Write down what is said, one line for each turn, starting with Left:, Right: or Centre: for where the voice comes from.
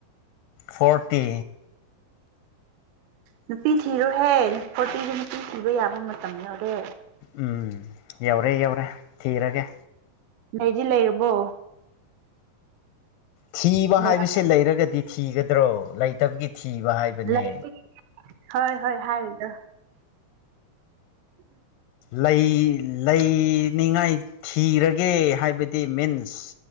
Left: ꯐꯣꯔꯇꯤ
Right: ꯅꯨꯄꯤ ꯊꯤꯔꯣꯍꯦ ꯐꯣꯔꯇꯤꯤꯁꯦ ꯅꯨꯄꯤ ꯊꯤꯕ ꯌꯥꯕ ꯃꯇꯝ ꯑꯣꯔꯦ
Left: ꯎꯝ ꯌꯧꯔꯦ ꯌꯧꯔꯦ ꯊꯤꯔꯒꯦ
Right: ꯅꯗꯤ ꯂꯩꯔꯕꯣ
Left: ꯊꯤꯕ
Right: ꯂꯩꯔꯝ
Left: ꯍꯥꯏꯕꯕꯁꯤꯦ ꯂꯩꯔꯒꯗꯤ ꯊꯤꯒꯗ꯭ꯔꯣ ꯂꯩꯇꯕꯒꯤ ꯊꯤꯕ ꯍꯥꯏꯕꯅꯦ
Right: ꯂꯩꯕꯒꯤ ꯍꯣꯏ ꯍꯣꯏ ꯍꯥꯏꯗ
Left: ꯂꯩ ꯂꯩꯅꯤꯡꯉꯥꯏ ꯊꯤꯔꯒꯦ ꯍꯥꯏꯕꯗꯤ ꯃꯤꯟꯁ